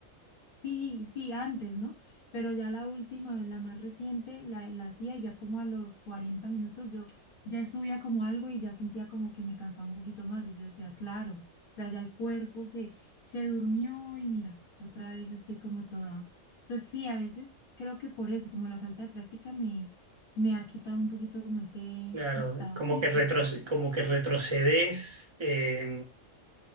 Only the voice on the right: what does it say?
Claro,
como
que, retro- como que retrocedes eh,